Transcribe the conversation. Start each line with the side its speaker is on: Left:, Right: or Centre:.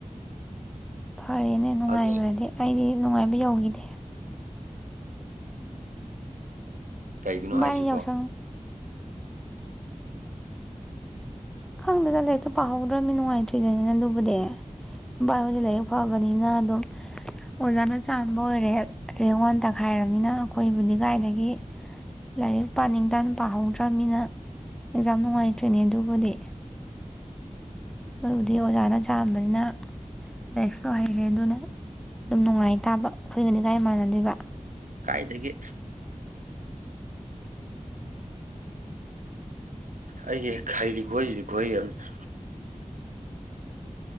Centre: ꯐꯔꯦꯅꯦ ꯅꯨꯡꯉꯥꯏꯒ꯭ꯔꯗꯤ
Right: ꯑꯗꯣ
Centre: ꯑꯩꯗꯤ ꯅꯨꯡꯉꯥꯏꯕ ꯌꯧꯈꯤꯗꯦ
Right: ꯀꯔꯤꯒꯤꯅꯣ
Centre: ꯚꯥꯏꯅ
Right: ꯍꯥꯏꯁꯤꯕꯣ
Centre: ꯌꯥꯎꯁꯪ ꯈꯪꯗꯦꯗ ꯂꯥꯏꯔꯤꯛꯇꯣ ꯄꯥꯍꯧꯗ꯭ꯔꯕꯅꯤ ꯅꯨꯡꯉꯥꯏꯇ꯭ꯔꯤꯗꯅꯤꯅ ꯑꯗꯨꯕꯨꯗꯤ ꯚꯥꯏꯕꯨꯗꯤ ꯂꯥꯏꯔꯤꯛ ꯐꯕꯅꯤꯅ ꯑꯗꯨꯝ ꯑꯣꯖꯥꯅ ꯆꯥꯟꯕ ꯑꯣꯏꯔꯦ ꯔꯦꯡ ꯋꯥꯟ ꯇꯈꯥꯏꯔꯕꯅꯤꯅ ꯑꯩꯈꯣꯏꯕꯨꯗꯤ ꯀꯥꯏꯗꯒꯤ ꯂꯥꯏꯔꯤꯛ ꯄꯥꯅꯤꯡ ꯇꯥ ꯄꯥꯍꯧꯗ꯭ꯔꯕꯅꯤꯅ ꯑꯦꯛꯖꯥꯝ ꯅꯨꯡꯉꯥꯏꯇ꯭ꯔꯤꯅꯦ ꯑꯗꯨꯕꯨꯗꯤ ꯑꯗꯨꯕꯨꯗꯤ ꯑꯣꯖꯥꯅ ꯆꯥꯟ ꯕꯅꯤꯅ ꯂꯦꯛꯁꯇ ꯍꯩꯔꯦ ꯑꯗꯨꯅ ꯑꯗꯨꯝ ꯅꯨꯡꯉꯥꯏ ꯇꯥꯕ ꯑꯩꯈꯏꯒꯅꯤꯒꯥꯏ ꯃꯥꯟꯅꯗꯣꯏꯕ
Right: ꯀꯥꯏꯗꯒꯤ ꯑꯩꯁ ꯍꯦꯛ ꯍꯩꯔꯤ ꯈꯨꯍꯩ ꯁꯤꯗꯤ ꯈꯨꯍꯩ ꯑꯃꯅꯤ <unintelligible>